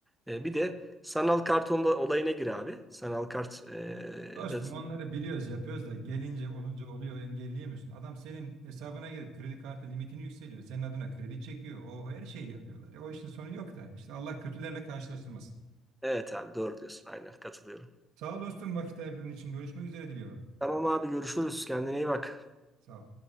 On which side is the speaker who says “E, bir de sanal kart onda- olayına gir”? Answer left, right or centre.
Centre